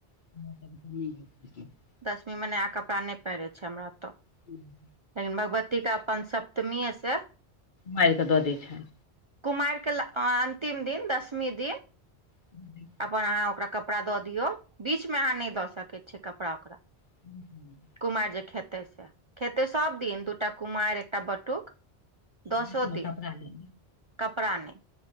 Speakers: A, on the left; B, on the right.
A: <inaudible>
B: दसमी मे नया कपड़ा नइ पहिरै छै हमरा ओतऽ
A: ह <inaudible>
B: लेकिन भगवती के अपन सप्तमीये से
A: मारि कऽ दऽ दै छनि
B: कुमारिके ल अन्तिम दिन दसमी दिन
A: छनि
B: अपन अहाँ ओकरा कपड़ा दऽ दियौ बीच में अहाँ नइ दऽ सकै छियै कपड़ा ओकरा
A: <inaudible>
B: कुमारि जे खेतै से खेतै सब दिन दूटा कुमारि एकटा बटुक दसो
A: बीच मे
B: दिन
A: कपड़ा नै
B: कपड़ा नइ